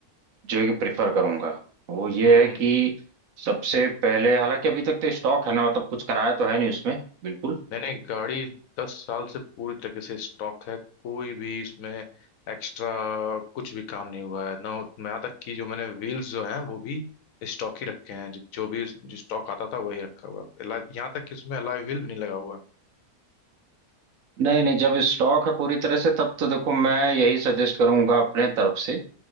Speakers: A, on the right; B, on the left.
A: जो कि प्रिफर करूंगा वो ये
B: हम्म
A: है
B: हम्म।
A: कि सबसे पहले हालांकि अभी तक तो स्टॉक है ना मतलब कुछ कराया तो है नहीं उसमें बिल्कुल
B: नहीं नहीं गाड़ी दस साल से पूरी तरीके से स्टॉक है कोई भी इसमें एक्स्ट्रा कुछ भी काम नहीं हुआ है ना मैं यहाँ तक कि जो मैंने व्हील्स जो हैं वो भी स्टॉक ही रखे हैं जो जो भी जो स्टॉक आता था वही रखा हुआ है अला- यहाँ तक कि उसमें अलॉय व्हील भी नहीं लगा हुआ है।
A: नहीं नहीं जब स्टॉक है पूरी तरह से तब तो देखो मैं यही सजेस्ट करूंगा अपने तरफ से